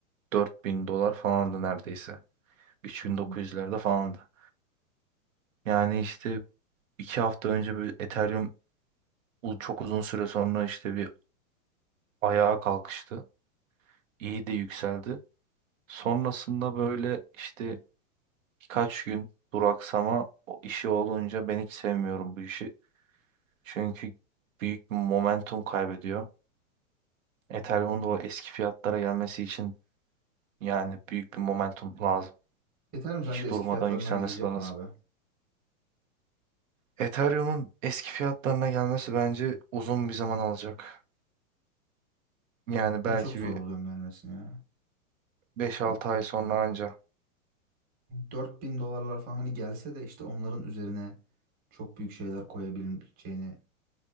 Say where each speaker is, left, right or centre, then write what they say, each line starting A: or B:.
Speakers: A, on the right; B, on the right.
A: 4000 dolar falandı neredeyse. 3900'lerde
B: Hı hı.
A: falandı. Yani işte iki hafta önce bir Ethereum u- çok uzun süre sonra işte bir ayağa kalkıştı. İyi de yükseldi. Sonrasında böyle işte birkaç gün duraksama o işi olunca ben hiç sevmiyorum bu işi. Çünkü büyük bir momentum kaybediyor. Ethereum'un da o eski fiyatlara gelmesi için yani büyük bir momentum lazım.
B: Ethereum sence
A: Hiç
B: eski
A: durmadan
B: fiyatlarına
A: yükselmesi
B: gelecek
A: lazım.
B: mi abi?
A: Ethereum'un eski fiyatlarına gelmesi bence uzun bir zaman alacak. Yani belki
B: Ben çok zor
A: bir
B: oluyorum vermesini ya.
A: beş altı
B: Ya
A: ay sonra anca.
B: 4000 dolarlar falan hani gelse de işte onların üzerine çok büyük şeyler koyabileceğini